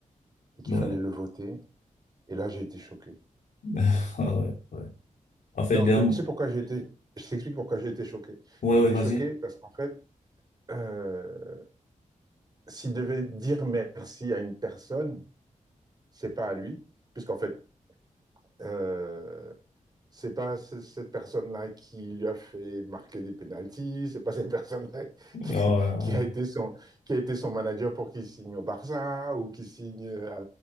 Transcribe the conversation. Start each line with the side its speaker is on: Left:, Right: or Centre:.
Right: et qu'il
Left: ouais,
Right: fallait le voter. Et là, j'ai été choqué.
Left: <laughs> ah ouais, ouais. En fait,
Right: Non,
Left: derm...
Right: que, tu sais pourquoi j'ai été, je t'explique pourquoi j'ai été choqué.
Left: ouais,
Right: J'ai été
Left: ouais, vas-y.
Right: choqué parce qu'en fait, euh, s'il devait dire merci à une personne, c'est pas à lui, puisqu'en fait, euh, c'est pas c- cette personne-là qui lui a fait marquer des pénaltys, c'est pas cette personne-là qui,
Left: Ah ouais,
Right: qui
Left: ouais.
Right: a été son, qui a été son manager pour qu'il signe au Barça ou qu'il signe à